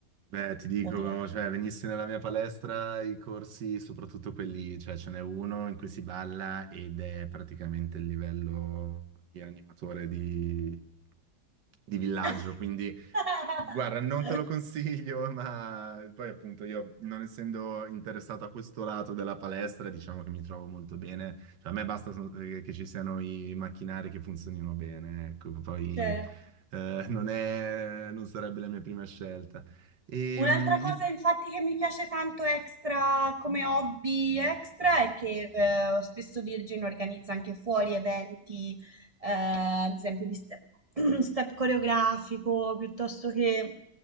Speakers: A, on the right (about 80°); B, on the right (about 35°).
A: Beh, ti dico,
B: ovviamen
A: cioè, venissi nella mia palestra i corsi, soprattutto quelli, cioè, ce n'è uno in cui si balla ed è praticamente il livello di animatore di di villaggio,
B: <laughs>
A: quindi... Guarda, non te lo consiglio, <laughs> ma poi appunto io non essendo interessato a questo lato della palestra, diciamo che mi trovo molto bene. Cioè, a me basta so- eh, che ci siano i macchinari che funzionino bene, ecco, poi
B: Certo.
A: eh, non è, non sarebbe la mia prima scelta. E,
B: Un'altra
A: mm,
B: cosa infatti che mi piace tanto extra come hobby extra è che eh, spesso Virgin organizza anche fuori eventi, eh, ad esempio di step, <clears throat> step coreografico, piuttosto che